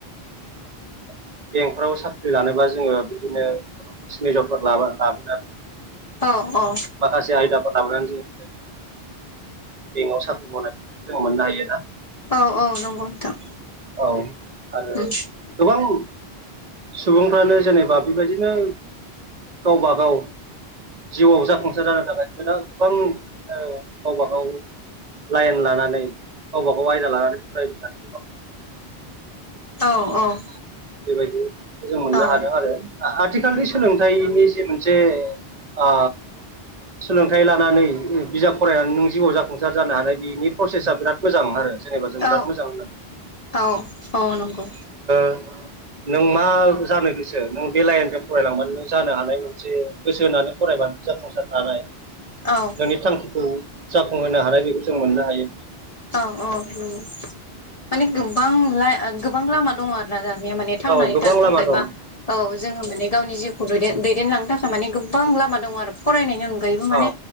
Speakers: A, on the right; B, on the left.
A: <inaudible> बेंकफ्राव साख्रि लानोबा जोङो बिदिनो मेजरफोर लाबा लाबोला
B: औ औ।
A: खासे आयदाफोर लाबोनानै जोङो बेंकआव साख्रि मावनायखौ जों मोननो हायोना।
B: औ औ नंगौ नोंथां
A: औ आरो
B: उम।
A: गोबां सुबुंफ्रानो जेनेबा बेबायदिनो गावबागाव जिउआव जाफुंसार जानो थाखाय दा गोबां ओ गावबा गाव लाइन लानानै गावबा गाव आयदा लानानै फरायोबा
B: औ औ
A: बेबायदि जों मोननो
B: औ
A: हादों आरो आथिखालनि सोलोंथाइनि जे मोनसे जे आ सोलोंथाइ लानानै बिजाब फरायनानै नों जिउआव जाफुंसार जानो हानाय बिनि प्रसेसा बिराद मोजां आरो। जेनेबा जों
B: औ
A: बिराद मोजां
B: औ औ नंगौ
A: <unintelligible> नों मा जानो गोसो नों बे लाइनजों फरायलांबानो नों जानो हानाय। से गोसो होनानै फरायबानो जाफुंसारनो हानाय।
B: औ।
A: नोंनि थांखिखौ जाफुंहोनो हानाय बेखौ जों मोननो हायो।
B: औ औ नंगौ माने गोबां गोबां लामा दङ आरोना दानिया माने। थांनानै
A: औ गोबां
B: थानो
A: लामा
B: थाखाय
A: दं
B: बा औ जोङो माने गावनि जिउ दैदेन दैदेनलांनो थाखाय माने गोबां लामा दङ आरो फरायनायनि अनगायैबो माने
A: औ